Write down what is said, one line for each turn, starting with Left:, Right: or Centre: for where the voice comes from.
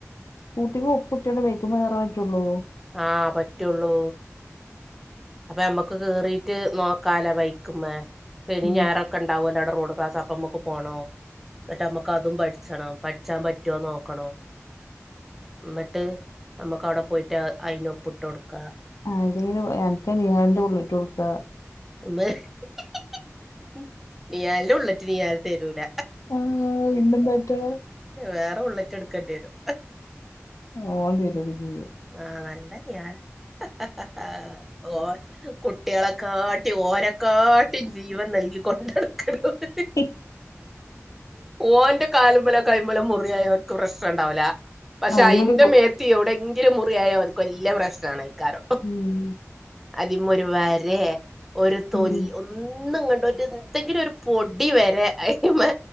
Left: സ്കൂട്ടിക്ക് ഒപ്പ് കുട്ടിയാണ് വേക്കുമ്പോ കേറാൻ പറ്റുള്ളോ?
Centre: ആഹ്! പറ്റുള്ളൂ! അപ്പൊ നമ്മുക്ക് കേറിട്ട് നോക്കാല ബൈക്ക്മേ ശനി
Left: ഉം
Centre: ഞായറൊ- ക്ക ഉണ്ടാവും അല്ലടെ റോഡ് ക്ലാസ് അപ്പ അമ്മുക്ക് പോകണം എന്നിട്ട് മ്മക്ക് അതും പഠിച്ചണം പഠിച്ചാൻ പറ്റുവോന്ന് നോക്കണം എന്നിട്ട് നമുക്ക് അവിടെ പോയിട്ട് അയിന് ഒപ്പിട്ട് കൊടുക്കാം
Left: അതിന് അൻക്ക് നീയാന്റെ ബുള്ളിറ്റിലിട്ട് കൊടുക്ക
Centre: ഉമ്മ ഹിഹി നീ്യാലിന്റെ ബുള്ളറ്റ് നീ്യാല് തരൂല
Left: ആഹ് ഇന്നത്താണ്ടാക്ക
Centre: വേറെ ബുള്ളറ്റ് എടുക്കേണ്ടി വരും
Left: ഓൻ തരൊക്കെ ചെയ്യും
Centre: ആഹ നല്ല ഞാറ ഹാ ഹാ ഓൻ കുട്ടികളെക്കാട്ടി ഓരെക്കാട്ടി ജീവൻ നൽകിക്കൊണ്ട നടുക്കണ ഓൻ
Left: ഇപ്
Centre: ഓന്റെ കാലുമേലോ കയ്യ്മേലോ മുറിയായ അവർക്ക് പ്രശ്നംഉണ്ടാവില്ല പക്ഷെ
Left: അയിമല്
Centre: അതിന്റെ മേത്ത് എവിടെങ്കിലും മുറിയായ അവനക്ക് വല്ലിയ പ്രശ്ന ആണ് ആയിക്കാരോ
Left: ഉം
Centre: അതിമേം ഒരു വരെ ഒരു തൊൽ
Left: ഉം
Centre: ഒന്ന് ഒന്നുംങ്ങണ്ട എന്തെങ്കിലും ഒരു പൊടി വരെ അതിന്മേ